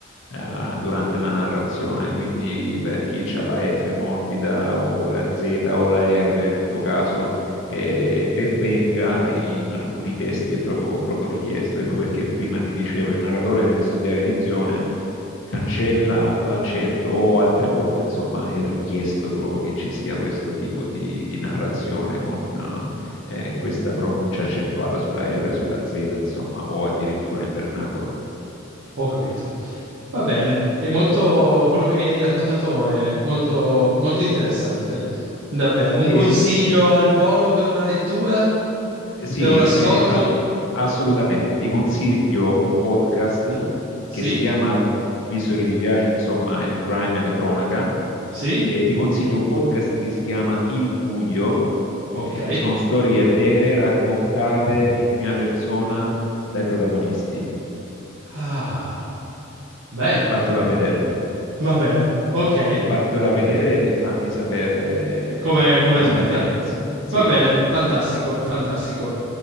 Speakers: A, on the left (about 75°); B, on the right (about 85°).
A: eh, durante la narrazione, quindi per chi ha la F morbida o la Z o la R nel tuo caso, eh, ben venga, in alcuni testi è proprio, proprio richiesto. Ecco perché prima ti dicevo, il narratore deve studiare edizione cancella l'accento o altre volte, insomma, è richiesto proprio che ci sia questo tipo di, di narrazione con eh, questa pronuncia accentuata sulla R, sulla Z, insomma, o addirittura in vernacolo.
B: Ho capito. Va bene, è molto, quello che mi hai raccontato è molto, molto interessante. Davvero,
A: E,
B: un consiglio al volo per una lettura?
A: sì,
B: Per un ascolto?
A: eh, al- assolutamente, ti consiglio un podcast
B: Sì?
A: che si chiama, visto che ti piace, insomma, il crime e la cronaca,
B: Sì?
A: eh, ti consiglio un podcast che si chiama Il Buio
B: Ok.
A: Eh, sono storie vere raccontate in prima persona dai protagonisti.
B: Ah, bello.
A: Vattelo a vedere.
B: Va bene, ok,
A: E vattelo a vedere e fammi sapere
B: come come
A: cosa
B: è andata?
A: ne pensi. Sì.
B: Va bene, fantastico, fantastico.